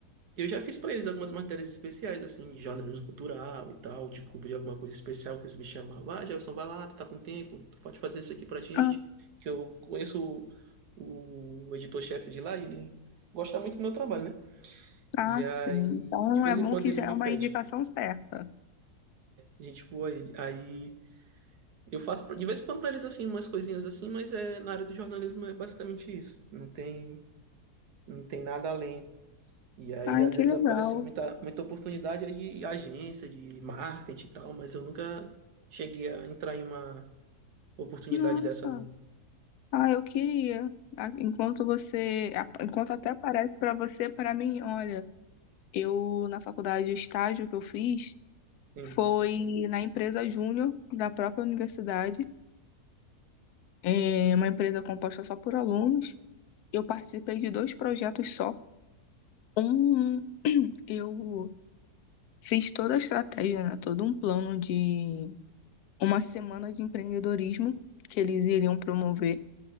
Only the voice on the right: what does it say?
Eu já fiz pra eles algumas matérias especiais, assim, de jornalismo cultural e tal, de cobrir alguma coisa especial que eles me chamavam. Ah, Gelson, vai lá, tu tá com tempo, tu pode fazer isso aqui pra gente.
Que eu conheço o, o editor-chefe de lá e ele gosta muito do meu trabalho, né?
E aí,
de vez
em quando
ele
me
pede.
A gente voa ele. Aí eu faço pra- de vez em quando pra eles, assim, umas coisinhas assim, mas é, na área do jornalismo é basicamente isso. Não tem, não tem nada além E aí,
às
vezes,
aparece muita, muita oportunidade aí de agência, de marketing e tal, mas eu nunca cheguei a entrar em uma oportunidade
dessa, não.
Sim,